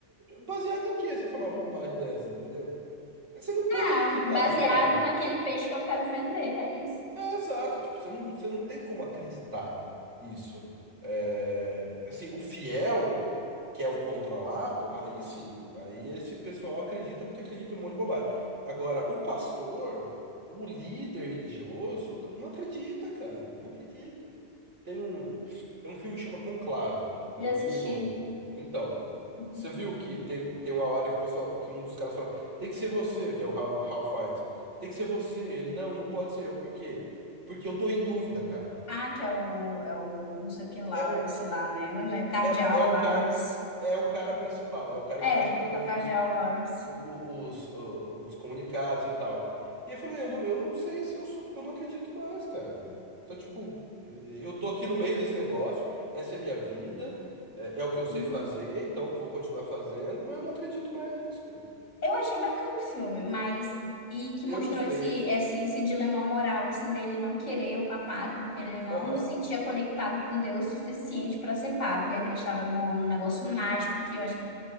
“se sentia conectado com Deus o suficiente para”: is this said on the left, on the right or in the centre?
Left